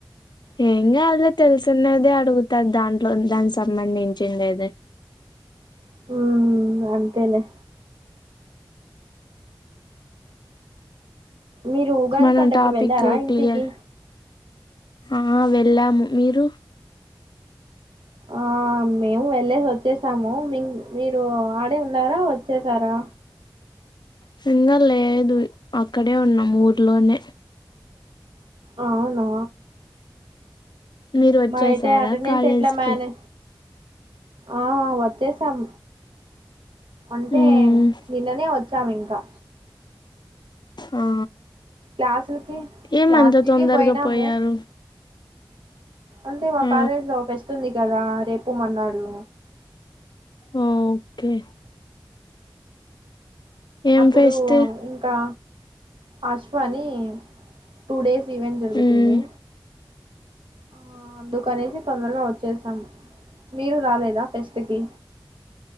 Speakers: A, on the left (about 60°); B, on the right (about 80°).
A: ఏం కాదులే తెలిసున్నది అడుగుతారు దాంట్లో దానికి సంబంధించిందేది
B: హు అంతేలే మీరు ఉగాది
A: మన
B: పండక్కి
A: టాపిక్
B: వెళ్ళారా ఇంటికి
A: క్లియర్ ఆ వెళ్ళాము మీరు
B: ఆ ఆ మేము వెళ్లేేసి వచ్చేసాము మీ మీరు ఆడే ఉన్నారా వచ్చేసారా
A: సింగ లేదు అక్కడే ఉన్నాం ఊర్లోనే
B: అవునా
A: మీరు వచ్చేసారా
B: మరయితే అటెండెన్స్
A: కాలేజ్కి
B: ఎట్లా మ్యానే ఆ వచ్చేసాం అంటే
A: ఉమ్
B: నిన్ననే వచ్ సామ్ ఇంకా
A: ఆ
B: క్లాసులకి
A: ఏందంత
B: క్లాసులకి
A: తిందరగా
B: పోయినాము
A: పోయారు
B: అంటే మా
A: ఆ
B: కాలేజ్ లో ఫస్ట్ ఉంది కదా రేపు మన్నాడు
A: హు ఓకే ఏం
B: అప్పుడు
A: ఫెస్ట్
B: ఇంకా అశ్వాని టూ డేస్ ఈవెంట్ జరుగుతుంది
A: ఉమ్
B: ఆ అందుకనేసి తొందరగా వచ్చేసాం మీరు రాలేదా ఫెస్టుకి